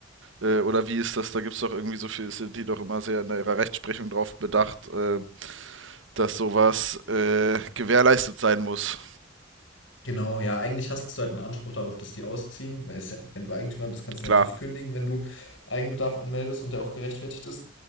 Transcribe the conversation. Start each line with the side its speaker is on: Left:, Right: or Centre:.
Right: Äh, oder wie ist das? Da gibt es doch irgendwie so viel, sind die doch immer sehr in ihrer Rechtsprechung drauf bedacht, äh, dass sowas äh, gewährleistet sein muss.
Left: Genau, ja, eigentlich hast du halt einen Anspruch darauf, dass die ausziehen, weil es, ja, wenn du Eigentümer bist, kannst
Right: Klar.
Left: du ja natürlich kündigen, wenn du Eigenbedarf anmeldest und der auch gerechtfertigt ist.